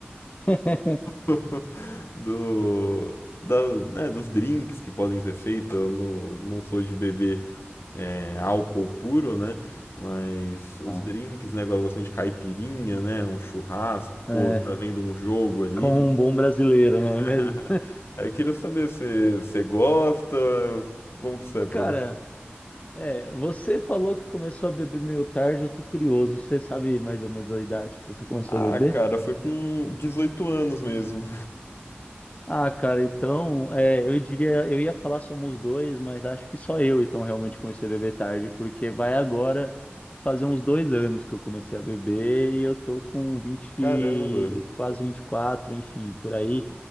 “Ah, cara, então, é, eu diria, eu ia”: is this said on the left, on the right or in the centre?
Left